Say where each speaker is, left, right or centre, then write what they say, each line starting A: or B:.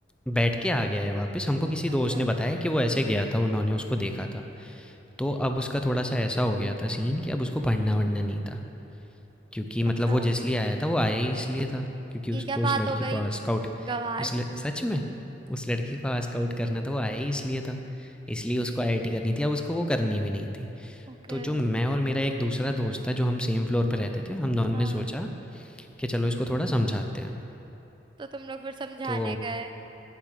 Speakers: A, in the centre; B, on the right (about 25°).
A: बैठ के आ गया है वापस, हमको किसी दोस्त
B: अच्छा
A: ने बताया कि वो ऐसे गया था, उन्होंने उसको देखा था। तो अब उसका थोड़ा-सा ऐसा हो गया था सीन कि अब उसको पढ़ना-वढ़ना नहीं था। क्योंकि मतलब
B: अच्छा
A: वो जिसलिए आया था वो आया ही इसलिए था क्योंकि उसको
B: ये क्या बात
A: उस लड़की
B: हो गई
A: को स्काउट
B: गवार
A: उस ल... सच में उस लड़की को स्काउट करना था वो आया ही इसलिए था इसलिए उसको आईआईटी करनी थी अब उसको वो करनी भी नहीं थी
B: ओके
A: तो जो मैं और मेरा एक दूसरा दोस्त था जो हम सेम फ्लोर पे रहते थे हम दोनों
B: हाँ
A: ने सोचा कि चलो इसको थोड़ा समझाते हैं
B: तो तुम लोग फिर समझाने
A: तो
B: गए